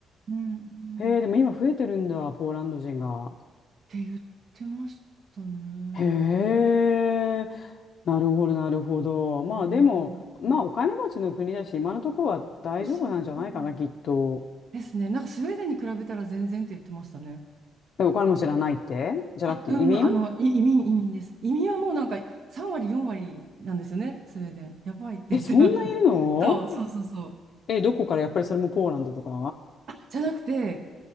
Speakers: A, on the right; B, on the left.
A: うんう
B: へえ、でも今増えてるんだ、
A: んっ
B: ポーランド人が。
A: て言ってましたね。
B: へえ、
A: なぜ
B: なるほど、
A: か。
B: なるほど。まあでも、
A: うんうん
B: まあお金持ちの国だし、今のところは大丈夫なんじゃないかな、
A: そうそう
B: きっと。
A: ですね。なんかスウェーデンに比べたら全然って言ってましたね。
B: え、お金持ちじゃないってじゃなくて移民
A: あ、うん、あの、い移民、移民です。移民はもうなんか3割、4割なんですよね、スウェーデン。やばいって言ってました。
B: え、そんないるの
A: そう、そうそうそう。
B: え、どこからやっぱりそれもポーランドとか
A: あ、じゃなくて、